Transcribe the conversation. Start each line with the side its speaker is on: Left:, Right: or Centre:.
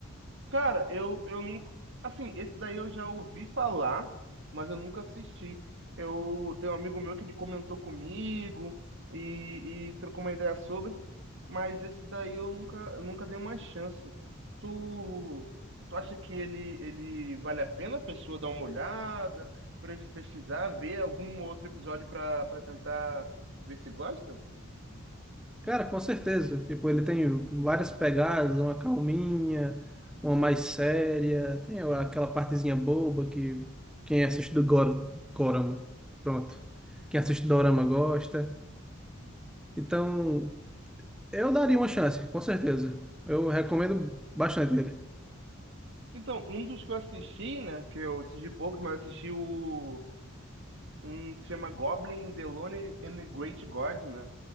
Right: Cara, eu, eu nunca. Assim, esse daí eu já ouvi falar, mas eu nunca assisti. Eu tenho um amigo meu que ele comentou comigo e, e trocou uma ideia sobre, mas esse daí eu nunca, eu nunca dei uma chance. Tu, tu acha que ele, ele vale a pena a pessoa dar uma olhada, pre- pesquisar, ver algum outro episódio para para tentar ver se gosta?
Centre: Cara, com certeza. Tipo, ele tem várias pegadas, uma calminha, uma mais séria, tem aquela partezinha boba que quem assiste do Gor Gorama, pronto. Quem assiste do Dorama gosta. Então, eu daria uma chance, com certeza. Eu recomendo bastante ele.
Right: Então, um dos que eu assisti, né, que eu assisti poucos, mas eu assisti o um que se chama Goblin, the Lonely and the Great God, né?